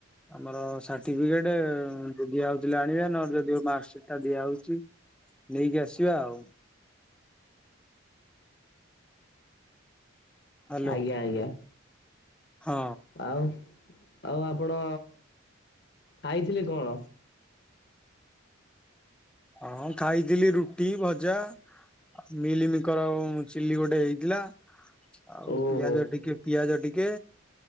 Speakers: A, in the centre; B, on the left (about 55°).
A: ଆମର ସାର୍ଟିଫିକେଟ ଦିଆ ହଉଥିଲେ ଆଣିବା ନହଲେ ଯଦି ମ ମାର୍କସିଟ ସେଟା ଦିଆ ହଉଛି ନେଇକି ଆସିବା ଆଉ। ହ୍ୟାଲୋ
B: ଆଜ୍ଞା ଆଜ୍ଞା।
A: ହଁ
B: ଆଉ ଆଉ ଆପଣ ଖାଇଥିଲେ କଣ?
A: ହଁ ଖାଇଥିଲି ରୁଟି ଭଜା। ଆଉ ମିଲିମିକର ଚିଲି ଗୋଟେ ହେଇଥିଲା। ଆଉ
B: ଓହୋ।
A: ପିଆଜ ଟିକେ ପିଆଜ ଟିକେ